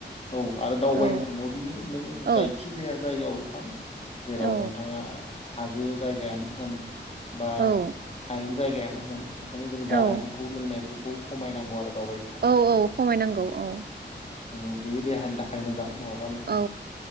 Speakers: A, on the left; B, on the right.
A: औ आरो दावबायनो
B: औ
A: थांनायाव बिनो नों जायखि
B: औ
A: जाया जायगायावनो थां जेराव
B: औ
A: नोंथाङा हाजो जायगायानो होन बा
B: औ
A: हायेन जायगायानो होन ओंखायनो जों जानायफोरखौ
B: औ
A: लोंनायफोरखौ खमायनांगौ आरो दावबाय
B: औ-औ खमायनांगौ औ।
A: नंगौ बेयो देहानि थाखाय मोजां नङ
B: औ